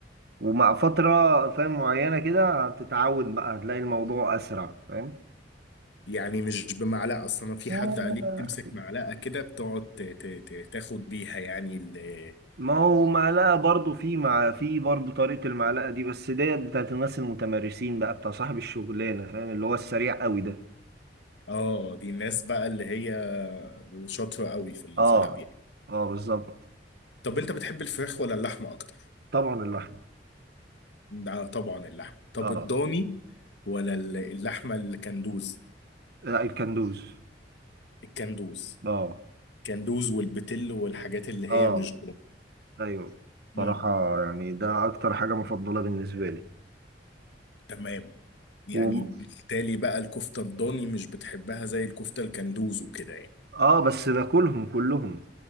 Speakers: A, on the right; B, on the left.
A: ومع فترة فاهم معينة كده هتتعود بقى هتلاقي الموضوع أسرع فاهم
B: يعني مش بمعلقه اصلا انا في
A: هو
B: حد قال لي بتمسك معلقه كده بتقعد ت- ت- ت- تاخد بيها يعني ال-
A: ما هو معلقة برضو في مع في برضو طريقة المعلقة دي بس ديت بتاعت الناس المتمرسين بقى بتاع صاحب الشغلانة فاهم اللي هو السريع قوي ده
B: اه دي الناس بقى اللي هي شاطره قوي في الزلابيه
A: اه اه بالظبط
B: طب انت بتحب الفراخ ولا اللحمه اكتر
A: طبعا اللحمة
B: ده طبعا اللحمه طب
A: اه
B: الضاني ولا ال- اللحمه الكندوز
A: لا الكندوز
B: الكندوز
A: اه
B: كندوز والبتل والحاجات اللي هي
A: اه
B: مش
A: ايوه بصراحة
B: ضاني
A: يعني ده اكتر حاجة مفضلة بالنسبة لي
B: تمام يعني
A: و...
B: بالتالي بقى الكفتة الضاني مش بتحبها زي الكفتة الكندوز وكده يعني
A: اه بس باكلهم كلهم